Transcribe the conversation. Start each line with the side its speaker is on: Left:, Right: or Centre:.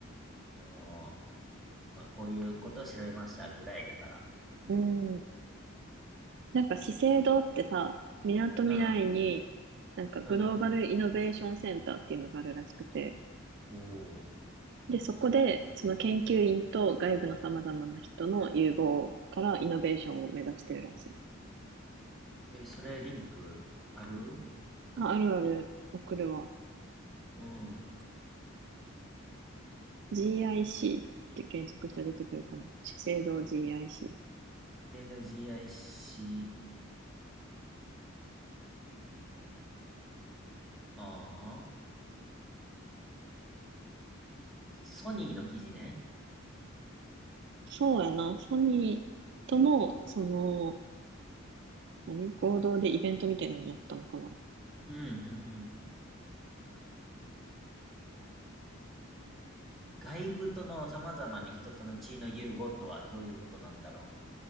Centre: あの、まあ、こういうことを調べましたぐらいだから。
Right: うん。なんか資生堂ってさ、みなとみらいに、
Centre: うん、
Right: なんかグローバルイノベーションセンターっていうのがあるらしくて、
Centre: うん、うん。おお。
Right: で、そこで、その研究員と外部の様々な人の融合からイノベーションを目指してるらしい。
Centre: え、それ、リンク、ある
Right: あ、あるある、送るわ。
Centre: うん。
Right: GIC って検索したら出てくるかな。資生堂 GIC。
Centre: 資生堂 GIC、ああは、ソニーの記事ね。
Right: そうやな、ソニーとの、その、何合同でイベントみたいなのやったのかな。
Centre: うん、うん、うん。外部との様々な人との地位の融合とはどういうことなんだろう。